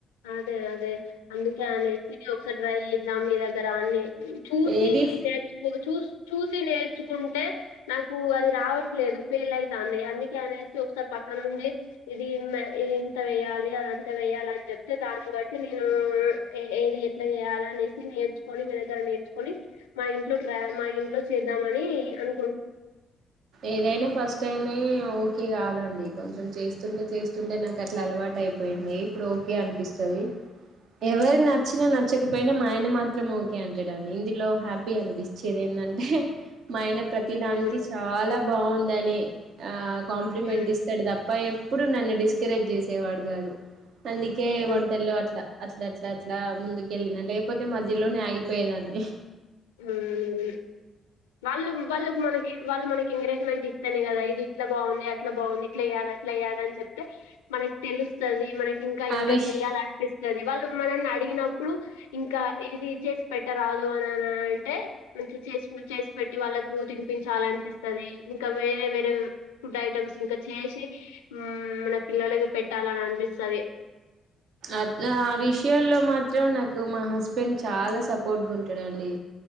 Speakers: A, on the left; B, on the right.
A: అదే అదే అందుకే అనేసి ఒకసారి ట్రై చేద్దాం మీ దగ్గర అని చూసి
B: ఏది
A: నేచుకో చూస్ చూసి నేర్చుకుంటే నాకు అది రావట్లేదు ఫెయిల్ అయితాంది అందుకే అనేసి ఒకసారి పక్ అనుంది ఇది మ్మ్ ఇదింత వేయ్యాలి అదంత వేయాల అన్ చెప్తే దాన్ని బట్టి నేను ఏది ఎట్లా చేయాల చూసి నేర్చుకొని మీ దగ్గర నేర్చుకొని మా ఇంట్లో ట్ర మా ఇంట్లో చేద్దామని అన్
B: ఏదైన ఫస్ట్ టైమే ఓకే కాదండి కొంచెం చేస్తుంటె చేస్తుంటే నాకు అట్ల అలవాటయిపోయింది ఇప్పుడు ఓకే అనిపిస్తుంది ద <unintelligible> ఎవరు నచ్చిన నచ్చకపోయినా మా ఆయన మాత్రం ఓకే అంటడండి ఇందులో హ్యాపీ అనిపిచేది అంటే మా ఆయన ప్రతిదానికి
A: అవును
B: చాలా బాగుందని ఆ కాంప్లిమెంట్
A: ఉమ్,
B: ఇస్తడు తప్ప ఎప్పుడు నన్ను డిస్కరేజ్ జేసేవాడు కాదు అందుకే
A: ఉమ్,
B: వంటల్లో అట్ల అట్లట్లట్లా ముందుకెళ్ళి లేపోతే మధ్యిలోనే ఆగిపోయేదాన్ని
A: ఉమ్మ్మ్మ్ వాళ్ళు వాళ్ళకు మనకి వాళ్ళు మనకి ఎంకరేజ్మెంట్ ఇత్తేనే కదా ఇది ఇట్ల బాగుంది అట్లా బాగుంది ఇట్లేయాలి అట్లేయాలన్ చెప్తే మనకి తెలుసు స్తది మనకి ఇంకా
B: ఆ
A: ఇంకా
B: విష్
A: చెయ్యాలనిపిస్తది వాళ్ళ మనల్నడిగినప్పుడు ఇంకా ఇది చేసి పెట్టరాదు అనని అంటే మంచి చేసి చెస్పెట్టి వాళ్ళకు తినిపించాలనిపిస్తది ఇంకా వేరే వేరే ఫుడ్ ఐటమ్స్ ఇంక చేసి మన పిల్లలకి పెట్టాలనన్పిస్తది
B: అట్లా ఆ విషయల్లో మాత్రం నాకు మా హస్బెండ్ చాల సపోర్ట్గుంటడండి